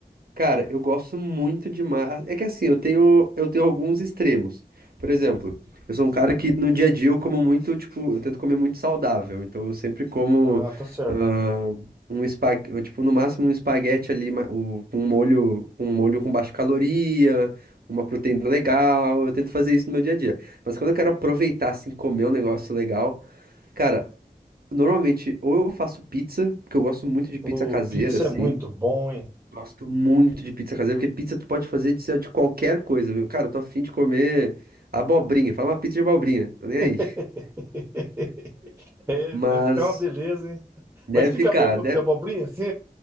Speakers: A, on the right; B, on the right.
A: Cara, eu gosto muito de mar. É que assim, eu tenho, eu tenho alguns extremos. Por exemplo, eu sou um cara que no dia a dia eu como muito, tipo, eu tento comer muito saudável. Então eu sempre como
B: Ah, tá certo.
A: ah, um espaguete, tipo, no máximo um espaguete ali ma- o- com um molho, com um molho com baixa caloria, uma proteína legal. Eu tento fazer isso no meu dia a dia. Mas quando eu quero aproveitar, assim, comer um negócio legal, cara, normalmente ou eu faço pizza, porque eu gosto muito de pizza
B: O
A: caseira,
B: pizza
A: assim.
B: é muito bom, hein?
A: Gosto muito de pizza caseira, porque pizza tu pode fazer de, de qualquer coisa, meu. Cara, eu tô afim de comer abobrinha. Fala uma pizza de abobrinha, tô nem aí.
B: <laughs> É,
A: Mas
B: deve ficar uma beleza, hein?
A: deve
B: Mas fica
A: ficar,
B: bom com
A: deve...
B: de abobrinha, assim?